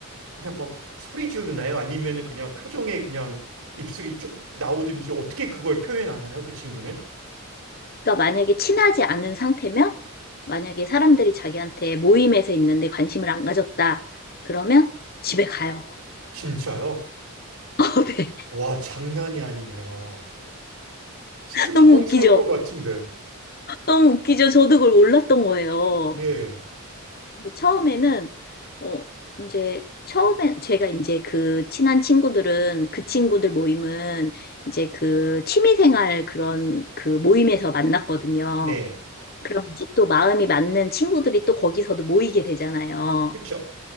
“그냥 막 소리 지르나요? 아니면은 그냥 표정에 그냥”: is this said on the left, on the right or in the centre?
Right